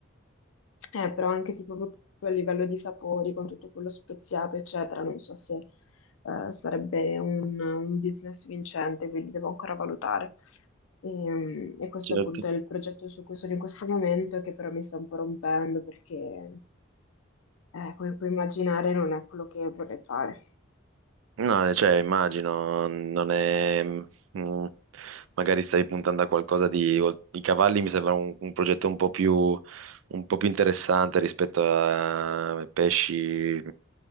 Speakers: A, on the left; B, on the right.
A: Eh, però anche tipo proprio a livello di sapori, con tutto quello speziato, eccetera, non so se eh, sarebbe un, un business vincente, quindi devo ancora valutare. E, e questo
B: Certo.
A: appunto è il progetto su cui sono in questo momento, e che però mi sta un po' rompendo perché, eh, come puoi immaginare, non è quello che vorrei fare.
B: No, cioè immagino, non è... mm, magari stavi puntando a qualcosa di... I cavalli mi sembra un, un progetto un po' più, un po' più interessante rispetto a pesci,